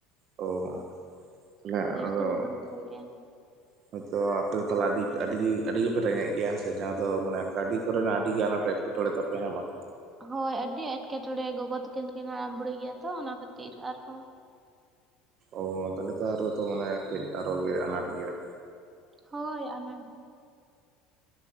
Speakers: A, on the right; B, on the right.
A: ᱚ ᱛᱟᱦᱚᱞᱮ
B: ᱯᱚᱭᱥᱟ ᱜᱮ
A: ᱟᱫᱚ
B: ᱵᱟᱹᱱᱩᱜ ᱛᱟᱞᱮᱭᱟ
A: ᱦᱚᱭ ᱛᱚ ᱟᱯᱮ ᱫᱚ ᱛᱟᱦᱚᱞᱮ ᱟᱹᱰᱤ ᱟᱹᱰᱤ ᱟᱹᱰᱤ ᱜᱮᱯᱮ ᱨᱮᱸᱜᱮᱡ ᱜᱮᱭᱟ ᱦᱮᱸᱥᱮ ᱡᱟᱦᱟᱸ ᱫᱚ ᱢᱟᱱᱮ ᱠᱟᱹᱰᱤ ᱠᱚᱨᱮᱱᱟᱜ ᱟᱹᱰᱤ ᱜᱮ ᱟᱱᱟᱴ ᱮᱴ ᱴᱚᱲᱮ ᱛᱟᱯᱮ ᱦᱮᱸ ᱵᱟᱝ?
B: ᱦᱳᱭ ᱟᱹᱰᱤ ᱮᱴᱠᱮᱴᱚᱬᱮ ᱜᱚᱜᱚ ᱛᱟᱹᱠᱤᱱ ᱠᱤᱱ ᱦᱟᱲᱟᱢ ᱵᱩᱲᱤ ᱜᱮᱭᱟ ᱛᱚ ᱚᱱᱟ ᱠᱷᱟᱹᱛᱤᱨ ᱟᱨᱦᱚᱸ ᱾
A: ᱚ ᱛᱟᱦᱚᱞᱮ ᱛᱚ ᱟᱨ ᱛᱚ ᱢᱟᱱᱮ ᱠᱟᱹᱡ ᱟᱨᱚ ᱜᱮ ᱟᱱᱟᱴ ᱜᱮᱭᱟ ᱾
B: ᱦᱳᱭ ᱟᱱᱟᱴ ᱜᱮ ᱾